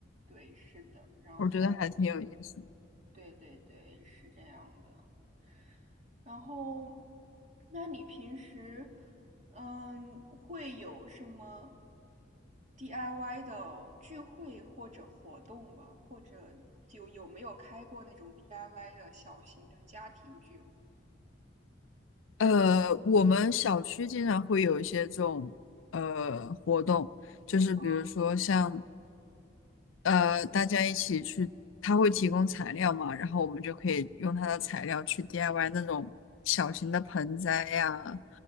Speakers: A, on the right; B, on the left.
A: 对，是的，然后
B: 我觉得还挺有意思的。
A: 对对对，是这样的。然后，那你平时嗯会有什么 DIY 的聚会或者活动吗？或者就有没有开过那种 DIY 的小型的家庭聚会？
B: 呃，我们小区经常会有一些这种呃活动，就是比如说像
A: 啊，
B: 呃，大家一起去，他会提供材料嘛，然后我们就可以用他的材料去 DIY 那种小型的盆栽呀，